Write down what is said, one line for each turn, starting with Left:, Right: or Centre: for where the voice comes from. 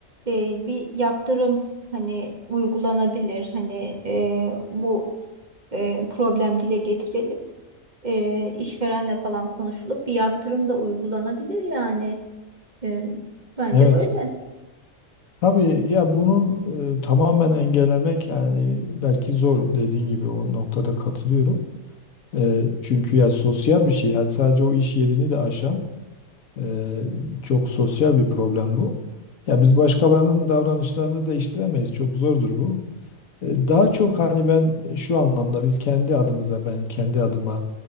Right: e, bir yaptırım hani uygulanabilir. Hani e, bu e, problem dile getirilip e, işverenle falan konuşulup bir yaptırım da uygulanabilir yani. E, bence
Left: Evet.
Right: böyle.
Left: Tabii ya bunun e, tamamen engellemek yani belki zor dediğin gibi o noktada katılıyorum. Eee, çünkü ya sosyal bir şey. Yani sadece o iş yerini de aşan eee, çok sosyal bir problem bu. Ya biz başkalarının davranışlarını değiştiremeyiz. Çok zordur bu. E, Daha çok hani ben şu anlamda biz kendi adımıza ben kendi adıma